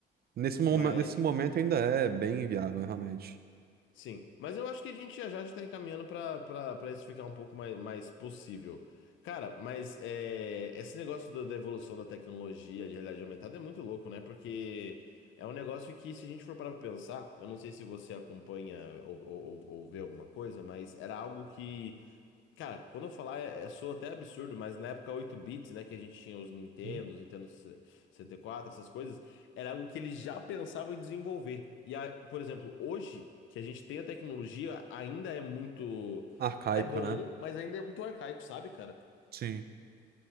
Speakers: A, on the right (about 50°); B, on the left (about 75°).
A: Nesse momento,
B: Mas.
A: nesse momento ainda é bem inviável, realmente.
B: Sim, mas eu acho que a gente já já está encaminhando para para isso ficar um pouco mais, mais possível. Cara, mas é, esse negócio do- da evolução da tecnologia de realidade aumentada é muito louco, né? Porque é um negócio que, se a gente for parar para pensar, eu não sei se você acompanha ou, ou, ou ou vê alguma coisa, mas era algo que Cara, quando eu falar, é, é- soa até absurdo, mas na época 8 bits, né, que a gente tinha os Nintendos,
A: Hum,
B: Nintendo sessenta e quatro essas coisas, era algo que eles já pensavam em desenvolver. E, a- por exemplo, hoje, que a gente tem a tecnologia, ainda é muito.
A: Arcaico,
B: É bom,
A: né?
B: mas ainda é muito arcaico, sabe, cara?
A: Sim.